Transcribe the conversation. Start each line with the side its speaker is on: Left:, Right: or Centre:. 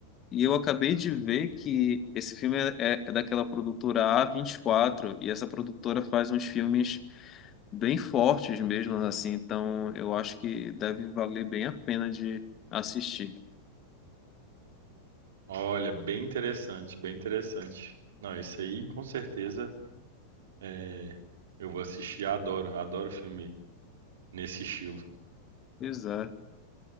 Left: e eu acabei de ver que esse filme é, é é daquela produtora A24, e quatro, e essa produtora faz uns filmes bem fortes mesmo, assim. Então eu acho que deve valer bem a pena de assistir.
Right: Olha, bem interessante, bem interessante. Não, esse aí com certeza é, eu vou assistir, adoro, adoro filme nesse estilo.
Left: Pois é.